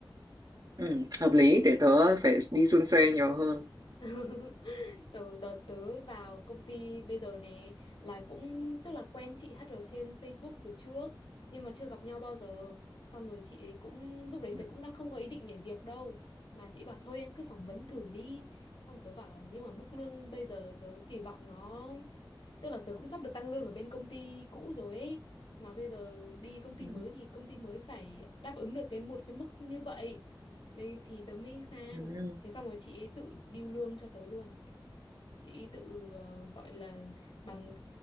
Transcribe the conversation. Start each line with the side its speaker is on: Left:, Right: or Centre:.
Right: ừ, hợp lý để tớ phải đi suôn xuê nhiều hơn
Left: <laughs> từ đợt tớ vào công ty bây giờ nè là cũng tức là quen chị HR trên Facebook từ trước nhưng mà chưa gặp nhau bao giờ xong rồi chị ấy cũng lúc đấy tớ
Right: ừ,
Left: cũng đang không có ý định nhảy việc đâu mà chị bảo thôi em cứ phỏng vấn thử đi xong tớ bảo là nhưng mà mức lương bây giờ tớ kỳ vọng nó tức là tớ cũng sắp được tăng lương ở bên công ty cũ rồi ấy mà bây giờ đi công ty
Right: ừ,
Left: mới thì công ty mới phải đáp ứng được cái một cái mức như vậy Vậy thì tớ mới sang
Right: ừ.
Left: thế xong rồi chị ấy tự điêu lương cho tớ luôn chị tự ờ, gọi là bàn